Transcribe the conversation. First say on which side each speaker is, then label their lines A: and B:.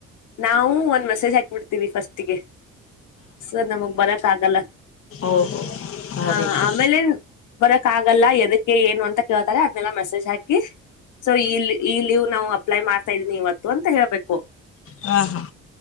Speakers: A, on the left (about 80°); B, on the left (about 45°).
A: ನಾವು ಒಂದ್ ಮೆಸೇಜ್ ಹಾಕ್ಬಿಡ್ತೀವಿ ಫಸ್ಟ್ಗೆ ಸ ನಮಗ್ ಬರಕ್ ಆಗಲ್ಲ
B: ಓಹೋ ಆ
A: ಹಾ
B: ರೀತಿ
A: ಆಮೇಲೆ ನ್ ಬರಕ್ ಆಗಲ್ಲ ಎದಕ್ಕೆ ಏನು ಅಂತ ಕೇಳ್ತಾರೆ ಅದನೆಲ್ಲ ಮೆಸೇಜ್ ಹಾಕಿ ಸೊ ಈ ಈ ಲೀವ್ ನಾವು ಅಪ್ಲೈ ಮಾಡ್ತಾ ಇದೀನಿ ಇವತ್ತು ಅಂತ ಹೇಳ್ಬೇಕು
B: ಹಾ ಹಾ